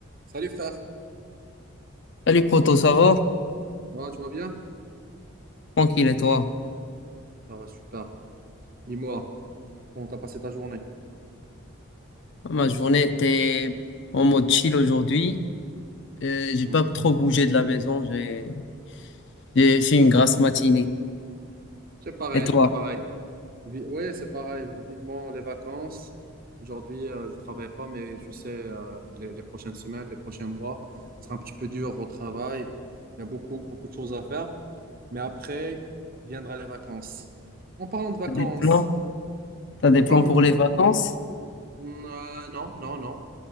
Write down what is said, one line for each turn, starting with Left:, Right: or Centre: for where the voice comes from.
Right: Salut frère, Ça
Left: Salut poto, ça va?
Right: va, tu vas bien?
Left: Tranquille et toi?
Right: Ça va, super. Dis-moi, comment t'as passé ta journée?
Left: Ah, Ma journée était en mode chill aujourd'hui. Euh, j'ai
Right: Hmm.
Left: pas trop bougé de la maison. J'ai j'ai fait une grasse matinée.
Right: C'est pareil,
Left: Et toi?
Right: pareil. Vi- ouais, c'est pareil. Vivement les vacances. Aujourd'hui, euh, je travaille pas, mais tu sais, euh, les, les prochaines semaines, les prochains mois, ce sera un petit peu dur au travail. Il y a beaucoup, beaucoup de choses à faire. Mais après, viendra les vacances. En parlant de vacances,
Left: T'as des plans? T'as des
Right: en parlant
Left: plans pour
Right: de...
Left: les vacances?
Right: Hmm, euh, non, non, non.